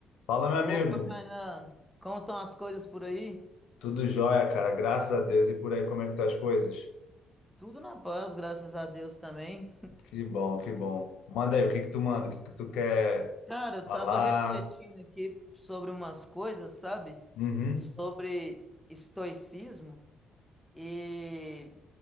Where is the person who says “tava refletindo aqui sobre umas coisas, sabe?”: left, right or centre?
Centre